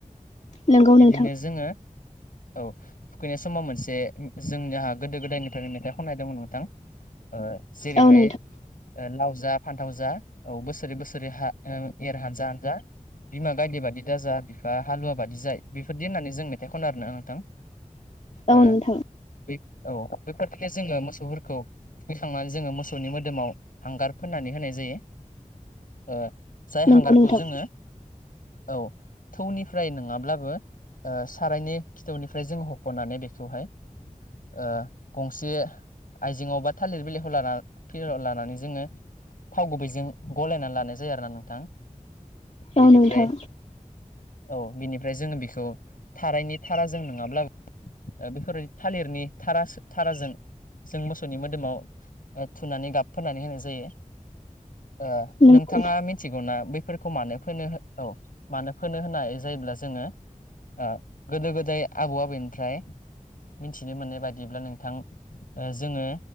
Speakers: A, on the left; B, on the left.
A: नंगौ
B: बिदिनो
A: नोंथां
B: जोङो औ थुखैनाय समाव मोनसे। जों नि हा गोदो गोदायनिफ्रायनो मेथाइ खननायदोंमोन नोंथां। ओ जेरैहाय
A: औ नोंथां
B: ओ लाव जा फान्थाव जा। औ बोसोरै बोसोरै हा एर हानजा हानजा बिमा गायदे बादि दाजा। बिफा हालुवा बाददिजा बेफोरदि होननानै जों मेथाइ खन आरोना नोंथां।
A: औ
B: ओ
A: नोंथां
B: बे औ बेफोर। जो मोसफोरखौ फैखांनानै जों मोसनि मोदोमाव। आव हांगार फोननानै होनाय जायो ओ जाय हांगारखौ
A: नंगौ नोंथां
B: जोङो। औ। थौनिफ्राय नङाब्लाबो सारायनि खिथौनिफ्राय जों हख'नानै बेख। खौहाय ओ गंसे आइजेंआव बाद। थालिर बिलाइखौ लाना गेजेराव‌ लानानै जोंङो थाव गुबैजों। गलायनानै लानाय जायो आरोना नोंथां बिनिफ्राय
A: औ नोंथां
B: औ बिनिब ओमफ्राय जोङो बिखौ थाराइनि थाराजों नोंङाब्ला बेफोरबायदि थालिरनि। थारास-थाराजों जों मोसौनि मोद ओ थुनानै गाब फोननानै होनाय जायो। ओ
A: नंगौ
B: नोंथाङा
A: नोंथां
B: मिथिगौना बैफोरखौ मानो फोनो औ। मानो फोनो होननाय जायोब्ला जोङो ओ गोदो गोदाय आबौ आबैनिफ्राय। मिथिनो मोननाय बायदिब्ला नोंथां। ओ जोङो